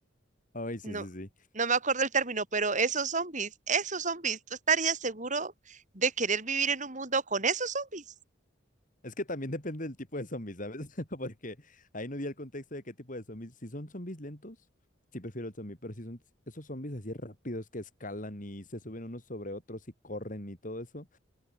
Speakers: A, on the left; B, on the right.
A: Ay, sí,
B: No,
A: sí, sí.
B: no me acuerdo el término, pero esos zombies, esos zombies, ¿tú estarías seguro de querer vivir en un mundo con esos zombies?
A: Es que también depende del tipo de zombies, ¿sabes? <laughs> Porque ahí no di el contexto de qué tipo de zombies. Si son zombies lentos, sí prefiero el zombie, pero si son esos zombies así rápidos que escalan y se suben unos sobre otros y corren y todo eso,